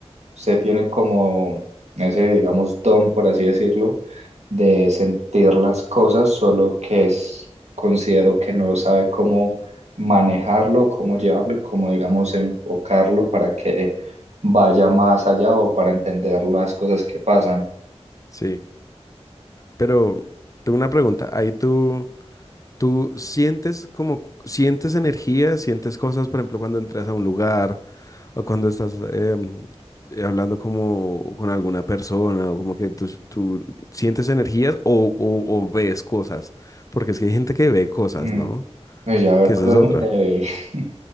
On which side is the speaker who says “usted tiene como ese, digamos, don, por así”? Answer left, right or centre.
Right